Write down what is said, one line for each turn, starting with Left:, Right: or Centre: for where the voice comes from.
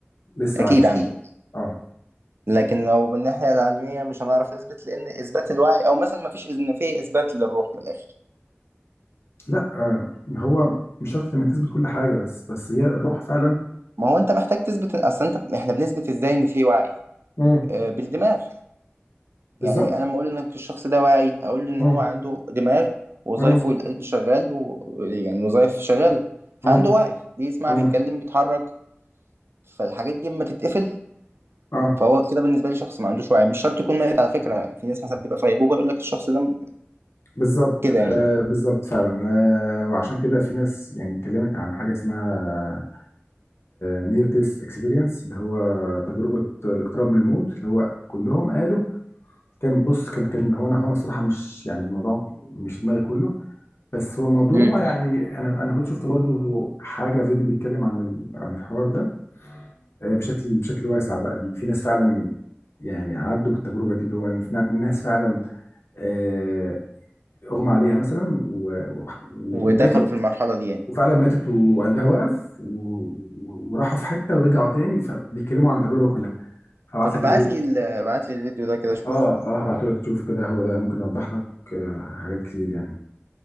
Left: لسه
Right: اكيد
Left: عايش
Right: عنده
Left: طبعا اه
Right: لكن لو من الناحيه العلميه مش هنعرف نثبت لان اثبات الوعي او مثلا ما فيش ان في اثبات للروح من الاخر
Left: لا آه، ما هو مش شرط انك تثبت كل حاجه بس بس هي الروح فعلا
Right: ما هو انت محتاج تثبت اصلا انت احنا بنثبت ازاي ان في وعي
Left: مم.
Right: آه، بالدماغ
Left: بالظبط
Right: يعني انا لما اقول انك الشخص ده واعي اقول له ان
Left: مم.
Right: هو عنده دماغ وظائفه
Left: مم.
Right: القلب شغال ويعني وظائف شغاله فعنده
Left: مم.
Right: وعي بيسمع
Left: مم.
Right: بيتكلم بيتحرك فالحاجات دي اما تتقفل
Left: اه
Right: فهو كده بالنسبه لي شخص ما عندوش وعي مش شرط يكون ميت على فكره في ناس مثلا بتبقى في غيبوبه يقول لك الشخص ده
Left: بالظبط
Right: كده يعني
Left: آه بالظبط فعلا آه وعشان كده في ناس يعني اتكلمت عن حاجه اسمها نير ديس اكسبيرينس اللي هو تجربه الاقتراب من الموت اللي هو كلهم قالوا كان بص كان كان هو انا هو انا الصراحه مش يعني الموضوع مش في دماغي كله بس هو الموضوع
Right: امم
Left: يعني انا انا كنت شفت برضو حاجه فيديو بيتكلم عن ال- عن الحوار ده آه، بشكل بشكل واسع بقى إن في ناس فعلا يعني عدوا بالتجربه دي اللي هو إن في نا- ناس فعلا آه، اغمى عليها مثلا و- و-
Right: ودخلوا
Left: وماتت
Right: في المرحله دي يعني
Left: وفعلا ماتت وقلبها وقف و- و- وراحوا في حته ورجعوا تاني فبيتكلموا عن التجربه كلها هبعت
Right: طب
Left: لك
Right: ابعت
Left: الفيديو ده.
Right: لي ال- ابعت لي الفيديو ده كده اشوفه
Left: اه اه هبعته لك تشوفه كده هو ده ممكن يوضح لك آه، حاجات كتير يعني